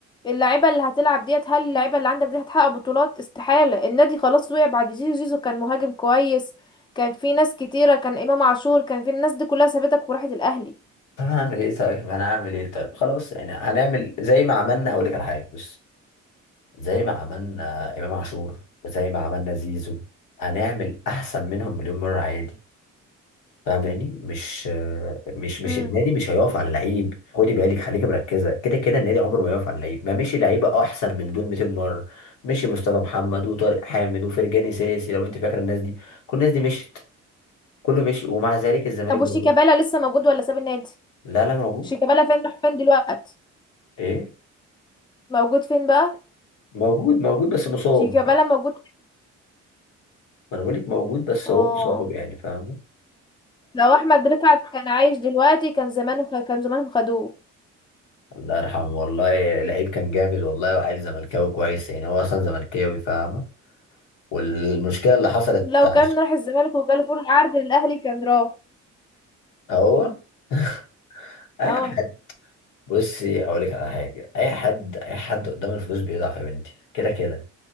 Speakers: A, on the left; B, on the left.
A: اللعيبة اللي هتلعب ديت هل اللعيبة اللي عندك دي هتحقق بطولات استحالة النادي خلاص وقع بعد زيزو زيزو كان مهاجم كويس كان في ناس كتيرة كان إمام عاشور كان في الناس دي كلها سابتك وراحت الأهلي
B: انا هعمل ايه طيب انا هعمل ايه طيب خلاص يعني هنعمل زي ما عملنا هقول لك على حاجه بس زي ما عملنا إمام عاشور وزي ما عملنا زيزو هنعمل أحسن منهم مليون مرة عادي فاهماني مش مش مش
A: مم.
B: النادي مش هيقف على لعيب خدي بالك خليكي مركزة كده كده النادي عمره ما يقف على لعيب ما مشي لعيبة أحسن من دول 200 مرة مشي مصطفى محمد وطارق حامد وفرجاني ساسي لو أنت فاكرة الناس دي كل الناس دي مشت كله مشي ومع ذلك الزمالك
A: طب
B: برضه
A: وشيكابالا لسه موجود ولا ساب النادي
B: لا لا موجود
A: شيكابالا فين راح فين دلوقتي
B: إيه
A: موجود فين بقى
B: موجود موجود بس مصاب
A: شيكابالا موجود فين؟
B: ما أنا بقول لك موجود بس
A: اه
B: هو مصاب يعني فاهمة
A: لو احمد رفعت كان عايش دلوقتي كان زمانه كان زمانهم خدوه
B: الله يرحمه والله لعيب كان جامد والله وعيل زملكاوي كويس يعني هو اصلا زملكاوي فاهمه والمشكله اللي حصلت
A: لو
B: عش-
A: كان راح الزمالك وجاله فرصة عرض للأهلي كان راح
B: هو <laughs> اي
A: اه
B: حد بصي اقول لك على حاجه اي حد اي حد قدام الفلوس بيضعف يا بنتي كده كده